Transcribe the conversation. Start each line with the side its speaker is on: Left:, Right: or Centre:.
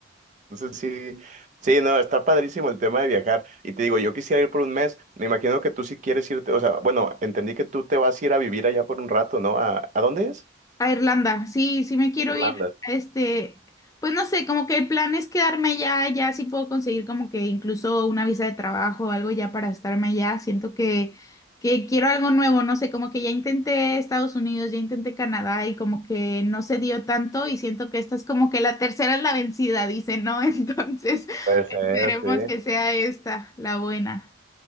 Right: Entonces sí. Sí, no, está padrísimo el tema de viajar. Y te digo, yo quisiera ir por un mes. Me imagino que tú sí quieres irte, o sea, bueno, entendí que tú te vas a ir a vivir allá por un rato, ¿no? ¿A, a dónde es?
Left: A Irlanda, sí, sí me quiero
Right: Irlanda.
Left: ir, este, pues no sé, como que el plan es quedarme allá, ya sí puedo conseguir como que incluso una visa de trabajo o algo ya para estarme allá, siento que, que quiero algo nuevo, no sé, como que ya intenté Estados Unidos, ya intenté Canadá y como que no se dio tanto y siento que esta es como que la tercera es la vencida, dice, ¿no? <laughs> Entonces,
Right: Puede ser,
Left: esperemos
Right: sí.
Left: que sea esta la buena.